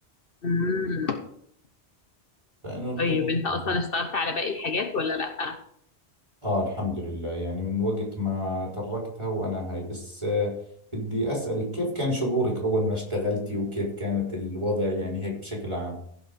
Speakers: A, on the left (about 55°); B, on the right (about 25°).
A: امم
B: فانه التهيت
A: طيب انت
B: لها
A: اصلا اشتغلت على باقي الحاجات ولا لا؟
B: اه الحمد لله يعني من وقت ما تركتها وانا هاي بس آه بدي اسألك كيف كان شعورك اول ما اشتغلتي وكيف كانت الوضع يعني هيك بشكل عام